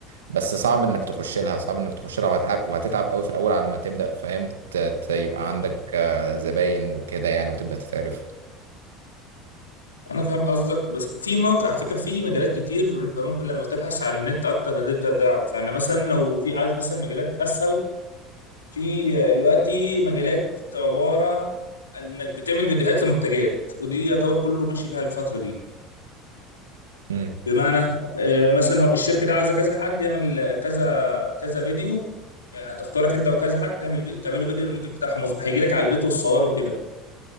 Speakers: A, on the right; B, on the left.
A: بس صعب انك تخش لها صعب انك تخش لها وهتعب وهتتعب قوي في الاول على ما تبدا فاهم ت- ت- يبقى عندك
B: مم.
A: آه، زباين وكده يعني وتبدا تتعرف
B: انا فاهم قصدك بس في موقع على فكره في مجالات كتير انت ممكن لما تبحث على النت اكتر هتبدا تعرف يعني مثلا لو في عايز مثلا مجالات اسهل في دلوقتي مجالات عباره عن انك بتعمل فيديوهات لمنتجات ودي يعتبر كله ماشي فيها الفتره دي
A: امم
B: بمعنى آه، مثلا هو- الشركه دي عايزه كذا حد يعمل كذا كذا فيديو يعني هتختارك انت وكذا حد تعمل في- تعملوا فيديو للمنتج بتاعهم هيجي لك على البيت والصور وكده